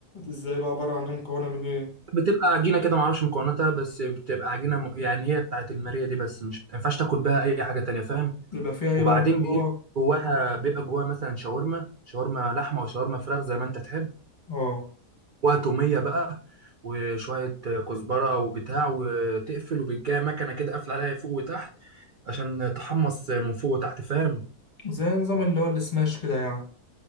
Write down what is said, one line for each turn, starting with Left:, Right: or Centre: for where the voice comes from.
Left: ازاي بقى عبارة عن ايه مكونة من ايه؟
Right: بتبقى عجينه كده ما اعرفش مكوناتها بس بتبقى عجينه م... يعني هي بتاعت الماريه دي بس مش ما ينفعش تاكل بها اي حاجه تانية فاهم
Left: بيبقى فيها ايه
Right: وبعدين
Left: بقى من جوه؟
Right: بيبقى جواها بيبقى جواها مثلا شاورما شاورما لحمه وشاورما فراخ زي ما انت تحب
Left: اه
Right: وتوميه بقى وشويه كزبره او بتاع وتقفل وبتجي مكنه كده قافله عليها فوق وتحت عشان تحمص من فوق وتحت فاهم
Left: زي نظام اللي هو السماش كده يعني